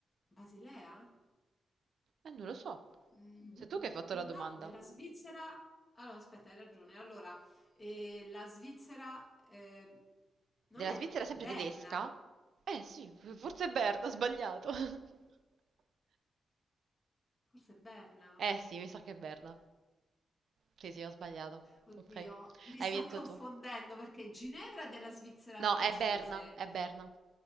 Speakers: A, on the left; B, on the right.
A: Basilea?
B: Eh, non lo so.
A: Mm,
B: Sei tu che hai fatto la domanda.
A: No, della Svizzera. Allora, aspetta, hai ragione. Allora, eh, la Svizzera eh, non
B: Della
A: è
B: Svizzera sempre
A: Berna?
B: tedesca? Eh sì, f- forse è Berna, ho sbagliato. <laughs>
A: Forse è Berna.
B: Eh sì, mi sa che è Berna. Sì, sì, ho sbagliato.
A: Oddio,
B: Ok.
A: mi
B: Hai
A: sto
B: vinto
A: confondendo
B: tu.
A: perché Ginevra è della Svizzera
B: No,
A: francese.
B: è Berna, è Berna.